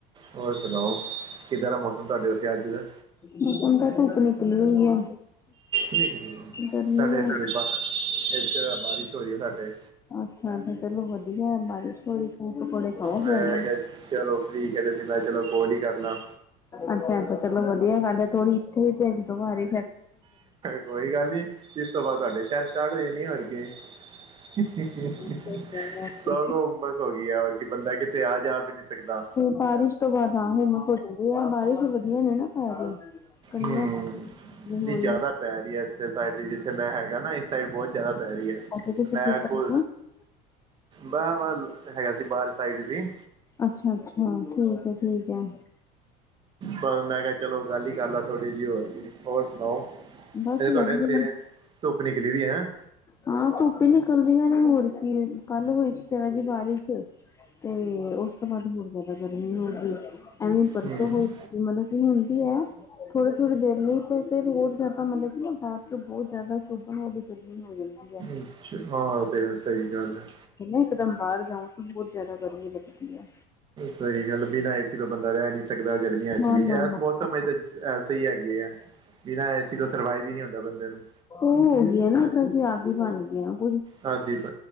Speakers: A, on the right; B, on the left.
A: ਹੋਰ ਸੁਣਾਓ ਕਿੱਦਾਂ ਦਾ ਮੌਸਮ ਤੁਹਾਡੇ ਉੱਥੇ ਅੱਜ ਦਾ?
B: ਮੌਸਮ ਤਾਂ ਧੁੱਪ ਨਿਕਲੀ ਹੋਈ ਆ।
A: ਨ
B: ਗਰਮੀ
A: ਸਾਡੇ
B: ਹੈ
A: ਇੱਥੇ ਦੇ ਇੱਥੇ ਦਾ ਬਾਰਿਸ਼ ਹੋ ਰਹੀ ਹੈ ਸਾਡੇ।
B: ਅੱਛਾ- ਅੱਛਾ ਚਲੋ ਵਧੀਆ ਬਾਰਿਸ਼ ਹੋਈ। ਤਾਂ ਪਕੌੜੇ ਖਾਓ
A: ਮੈਂ
B: ਫਿਰ
A: ਕਿਹਾ ਚਲੋ ਠੀਕ ਕਦੇ ਸੀ ਮੈਂ ਚਲੋ ਕੋਲ ਹੀ ਕਰ ਲਾ।
B: ਅੱਛਾ -ਅੱਛਾ ਚਲੋ ਵਧੀਆ ਗੱਲ ਹੈ ਥੋੜੀ ਇੱਥੇ ਭੇਜ ਤੋਂਬਾਰਿਸ਼।
A: ਕੋਈ ਗੱਲ ਨੀ। ਇਸ ਤੋਂ ਬਾਅਦ ਤੁਹਾਡੇ ਸ਼ਹਿਰ ਸਚਾਟ ਹੋਏ ਨੀ ਹੋਰ ਕੀ। <unintelligible>
B: ਨਹੀਂ
A: ਸੌਗ ਉਮਰਸ ਹੋ ਗਈ ਹੈ ਕਿ ਬੰਦਾ ਕਿਤੇ ਆ- ਜਾ ਵੀ ਨਹੀਂ ਸਕਦਾ।
B: ਬਾਰਿਸ਼ ਤੋਂ ਬਾਅਦ ਹਾਂ ਹੁਮਸ ਹੋ ਜਾਂਦੇ ਆ ਬਾਰਿਸ਼ ਵਧੀਆ ਨੀ ਨਾ ਪੈ ਰਹੀ। ਕਣੀਆਂ
A: ਹੂੰ,
B: ਹੋ
A: ਵੀ ਜਿਆਦਾ,
B: ਰਹੀ
A: ਪੈ ਰਹੀ ਹੈ ਇੱਥੇ ਸਾਈਡ ਜਿੱਥੇ ਮੈਂ ਹੈਗਾ ਨਾ ਇਸ ਸਾਈਡ ਬਹੁਤ ਜ਼ਿਆਦਾ ਪੈ ਰਹੀ ਹੈ,
B: ਅੱਛਾ ਤੁਸੀਂ
A: ਮੈਂ
B: ਕਿਸ ਅੱਛਾ
A: ਕੋ ਵਾਹ ਵਾਹ ਹੈਗਾ ਸੀ ਬਾਹਰ ਸਾਈਡ ਸੀ।
B: ਅੱਛਾ-ਅੱਛਾ, ਠੀਕ ਹੈ ਠੀਕ ਹੈ
A: ਪਰ ਮੈਂ ਕਿਹਾ ਚਲੋ ਗੱਲ ਹੀ ਕਰ ਲੈ ਥੋੜੀ ਜਿਹੀ ਹੋਰ ਹੋਰ ਸੁਣਾਓ।
B: ਬਸ
A: ਅੇ
B: ਵਧੀਆ
A: ਤੁਹਾਡੇ ਉੱਥੇ ਧੁੱਪ ਨਿਕਲੀ ਦੀ ਹੈ।
B: ਹਾਂ ਧੁੱਪ ਹੀ ਨਿਕਲ ਰਹੀਆਂ ਨੇ ਹੋਰ ਕੀ ਕੱਲ ਹੋਈ ਸੀ ਬਾਰਿਸ਼ ਬਾਅਦ ਚ' ਤੇ ਉਸ ਤੋਂ ਬਾਅਦ ਹੋਰ ਜ਼ਿਆਦਾ ਗਰਮੀ ਹੋਗੀ। ਐਵੇਂ ਪਰਸੋਂ
A: ਹੂੰ
B: ਹੋਈ ਮਤਲਬ ਕੀ ਹੁੰਦੀ ਹੈ ਥੋੜੀ ਥੋੜੀ ਦੇਰ ਲਈ ਪਰ ਫੇਰ ਹੋਰ ਤਾਂ ਮਤਲਬ ਕਿ ਨਾ ਬਾਅਦ ਚੋਂ ਬਹੁਤ ਜ਼ਿਆਦਾ ਸੁਭਣ ਵਾਲੀ ਗਰਮੀ ਹੋ ਜਾਂਦੀ ਹੈ।
A: ਅੱਛਾ, ਹਾਂ ਤੇ ਸਹੀ ਗੱਲ ਹੈ।
B: ਨਾ ਇਕਦਮ ਬਾਹਰ ਜਾਓ ਤਾਂ ਬਹੁਤ ਜਿਆਦਾ ਗਰਮੀ ਲੱਗਦੀ ਹੈ।
A: ਸਹੀ ਗੱਲ ਬਿਨਾਂ ਏਸੀ ਤੋਂ ਬੰਦਾ ਰਹਿ ਨੀ ਸਕਦਾ ਗਰਮੀਆਂ
B: ਨਾ
A: ਚ ਵੀ
B: ਨਾ
A: ਇਸ
B: ਨਾ
A: ਮੌਸਮ ਵਿੱਚ ਤਾਂ ਐਸ ਹੀ ਹੈਗੇ ਆ। ਬਿਨਾਂ ਏ ਸੀ ਤੋਂ ਸਰਵਾਈਵ ਹੀ ਨੀ ਹੁੰਦਾ ਬੰਦੇ ਨੂੰ।
B: ਉਹ ਹੋ ਗਈਆਂ ਨਾ ਇੱਕਸੀ ਯਾਦ ਹੀ ਬਣ ਗਈਆਂ। <unintelligible>
A: ਆਦੀ ਇਹ